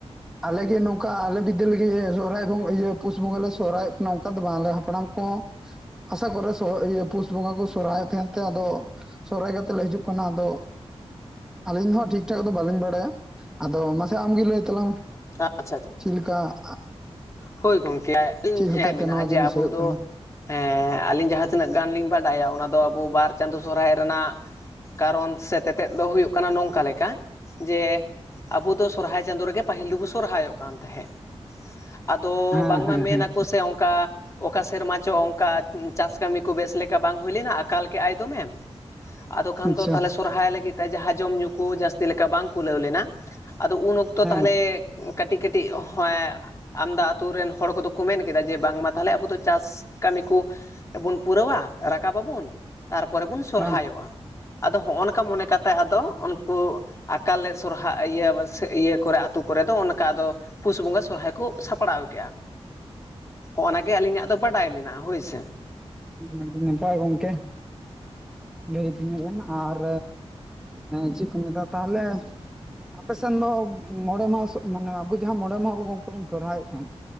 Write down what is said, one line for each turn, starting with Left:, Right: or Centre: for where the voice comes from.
Centre: ᱟᱞᱮ ᱜᱮ ᱱᱚᱝᱠᱟ ᱟᱞᱮ ᱵᱤᱫᱟᱹᱞ ᱨᱮᱜᱮ ᱥᱚᱨᱦᱟᱭ ᱠᱚ ᱤᱭᱟᱹ ᱯᱩᱥ ᱵᱚᱸᱜᱟ ᱞᱮ ᱥᱚᱨᱦᱟᱭᱚᱜ ᱠᱟᱱᱟ ᱚᱱᱠᱟ ᱫᱚ ᱵᱟᱝ ᱟᱞᱮ ᱦᱟᱯᱲᱟᱢ ᱠᱚ ᱟᱥᱟ ᱠᱚᱨᱮ ᱥᱚ ᱤᱭᱟᱹ ᱯᱩᱥ ᱵᱚᱸᱜᱟ ᱠᱚ ᱥᱚᱨᱦᱟᱭ ᱛᱟᱦᱮᱸᱱ ᱛᱮ ᱟᱫᱚ ᱥᱚᱦᱚᱨᱟᱭ ᱠᱟᱛᱮ ᱞᱮ ᱦᱤᱡᱩᱜ ᱠᱟᱱᱟ ᱟᱫᱚ ᱟᱹᱞᱤᱧ ᱫᱚ ᱦᱟᱸᱜ ᱴᱷᱤᱠ ᱴᱷᱟᱠ ᱫᱚ ᱵᱟᱹᱞᱤᱧ ᱵᱟᱲᱟᱭᱟ ᱟᱫᱚ ᱢᱟᱥᱮ ᱟᱢ ᱜᱮ ᱞᱟᱹᱭ ᱛᱟᱞᱟᱝ ᱢᱮ
Left: ᱟᱪᱪᱷᱟ ᱟᱪᱪᱷᱟ
Centre: ᱪᱮᱫ ᱞᱮᱠᱟ
Left: ᱦᱳᱭ ᱜᱚᱝᱠᱮ ᱟᱹᱞᱤᱧ
Centre: ᱪᱮᱫ ᱦᱚᱛᱮᱡ
Left: ᱦᱮᱸ
Centre: ᱛᱮ
Left: ᱢᱮᱱᱟᱜᱼᱟ
Centre: ᱱᱚᱣᱟ ᱡᱤᱱᱤᱥ
Left: ᱡᱮ ᱟᱵᱚ
Centre: ᱦᱩᱭᱩᱜ
Left: ᱫᱚ
Centre: ᱠᱟᱱᱟ
Left: ᱦᱮᱸ ᱟᱞᱤᱧ ᱡᱟᱦᱟᱸ ᱛᱤᱱᱟᱹᱜ ᱜᱟᱱ ᱞᱤᱧ ᱵᱟᱰᱟᱭᱟ ᱚᱱᱟ ᱫᱚ ᱟᱵᱚ ᱵᱟᱨ ᱪᱟᱸᱫᱳ ᱥᱚᱨᱦᱟᱭ ᱨᱮᱱᱟᱜ ᱠᱟᱨᱚᱱ ᱥᱮ ᱛᱮᱛᱮᱫ ᱫᱚ ᱦᱩᱭᱩᱜ ᱠᱟᱱᱟ ᱱᱚᱝᱠᱟ ᱞᱮᱠᱟ ᱡᱮ ᱟᱵᱚ ᱫᱚ ᱥᱚᱨᱦᱟᱭ ᱪᱟᱸᱫᱳ ᱨᱮᱜᱮ ᱯᱟᱹᱦᱤᱞ ᱫᱚᱵᱚᱱ ᱥᱚᱨᱦᱟᱭᱚᱜ ᱠᱟᱱ ᱛᱟᱦᱮᱸᱫ ᱟᱫᱚ
Centre: ᱦᱮᱸ
Left: ᱵᱟᱝᱢᱟ
Centre: ᱦᱮᱸ
Left: ᱢᱮᱱ
Centre: ᱦᱮᱸ
Left: ᱟᱠᱚ ᱥᱮ ᱚᱱᱠᱟ ᱚᱠᱟ ᱥᱮᱨᱢᱟ ᱪᱚ ᱚᱝᱠᱟ ᱪᱟᱥ ᱠᱟᱹᱢᱤ ᱠᱚ ᱵᱮᱥ ᱞᱮᱠᱟ ᱵᱟᱝ ᱦᱩᱭ ᱞᱮᱱᱟ ᱟᱠᱟᱞ ᱠᱮᱜᱼᱟᱭ ᱫᱚᱢᱮ ᱟᱫᱚ ᱠᱷᱟᱱ
Centre: ᱟᱪᱪᱷᱟ
Left: ᱫᱚ ᱛᱟᱦᱚᱞᱮ ᱥᱚᱨᱦᱟᱭ ᱞᱟᱹᱜᱤᱫ ᱛᱮ ᱡᱟᱦᱟᱸ ᱡᱚᱢ ᱧᱩ ᱠᱚ ᱡᱟᱹᱥᱛᱤ ᱞᱮᱠᱟ ᱵᱟᱝ ᱠᱩᱞᱟᱹᱣ ᱞᱮᱱᱟ ᱟᱫᱚ ᱩᱱ ᱚᱠᱛᱚ
Centre: ᱦᱮᱸ
Left: ᱛᱟᱦᱚᱞᱮ ᱠᱟᱹᱴᱤᱡ ᱠᱟᱹᱴᱤᱡ <inaudible> ᱟᱢᱫᱟ ᱟᱛᱳ ᱨᱮᱱ ᱦᱚᱲ ᱠᱚᱫᱚ ᱠᱚ ᱢᱮᱱ ᱠᱮᱫᱟ ᱡᱮ ᱵᱟᱝᱢᱟ ᱛᱟᱦᱚᱞᱮ ᱟᱵᱚ ᱫᱚ ᱪᱟᱥ ᱠᱟᱹᱢᱤ ᱠᱚ ᱵᱚᱱ ᱯᱩᱨᱟᱹᱣᱟ ᱨᱟᱠᱟᱵ ᱟᱵᱚᱱ ᱛᱟᱨᱯᱚᱨᱮ ᱵᱚᱱ ᱥᱚᱨᱦᱟᱭᱚᱜᱼᱟ
Centre: ᱦᱮᱸ
Left: ᱟᱫᱚ ᱦᱚᱜᱼᱚ ᱱᱚᱝᱠᱟ ᱢᱚᱱᱮ ᱠᱟᱛᱮᱜ ᱟᱫᱚ ᱩᱱᱠᱩ ᱟᱠᱟᱞ ᱞᱮ ᱥᱚᱨᱦᱟᱭ ᱤᱭᱟᱹ ᱥᱮ ᱤᱭᱟᱹ ᱠᱚᱨᱮ ᱟᱛᱳ ᱠᱚᱨᱮ ᱫᱚ ᱚᱱᱠᱟ ᱟᱫᱚ ᱯᱩᱥ ᱵᱚᱸᱜᱟ ᱥᱚᱨᱦᱟᱭ ᱠᱩ ᱥᱟᱯᱲᱟᱣ ᱠᱮᱜᱼᱟ ᱦᱚᱜᱼᱚ ᱱᱟ ᱜᱮ ᱟᱹᱞᱤᱧᱟᱜ ᱫᱚ ᱵᱟᱰᱟᱭ ᱢᱮᱱᱟᱜᱼᱟ ᱦᱳᱭ ᱥᱮ
Centre: ᱟᱹᱰᱤ ᱱᱟᱯᱟᱭ ᱜᱚᱝᱠᱮ ᱞᱟᱹᱭ <inaudible> ᱟᱨ ᱦᱮᱸ ᱪᱮᱫ ᱠᱚ ᱢᱮᱛᱟᱜᱼᱟ ᱛᱟᱦᱚᱞᱮ ᱟᱯᱮ ᱥᱮᱱ ᱫᱚ ᱢᱚᱬᱮ ᱢᱟᱦᱟᱸ ᱥᱚᱜ ᱢᱟᱱᱮ ᱟᱵᱚ ᱡᱟᱦᱟᱸ ᱢᱚᱬᱮ ᱢᱟᱦᱟ ᱟᱵᱚ ᱜᱚᱝᱠᱮ ᱵᱚᱱ ᱥᱚᱦᱚᱨᱟᱭᱚᱜ ᱠᱟᱱ